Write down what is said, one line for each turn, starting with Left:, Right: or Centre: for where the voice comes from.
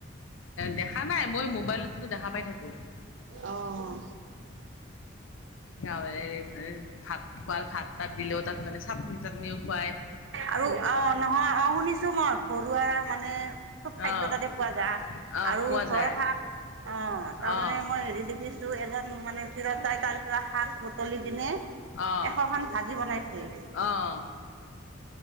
Left: দেখা নাই, মই মোবাইলতো দেখা পাই থাকো।
Right: অ'
Left: গাঁৱে ভাত খুৱাল, ভাত তাত দিলেওঁ, তাত মানে চাটনি চাটনিও খুৱায়।
Right: আৰু অ', নহয় অ' শুনিছো মই ঘৰুৱা মানে চব খাদ্য
Left: অ',
Right: তাতে পোৱা যায়,
Left: অ',
Right: আৰু
Left: পোৱা
Right: ধৰ
Left: যায়
Right: শাক অ', তাৰমানে
Left: অ',
Right: মই হেৰি দেখিছো টো, এজন মানে টিৰোতাই তাৰপৰা শাক বুটলি কিনে
Left: অ',
Right: এশখন ভাজি বনাইছিল।
Left: অ'।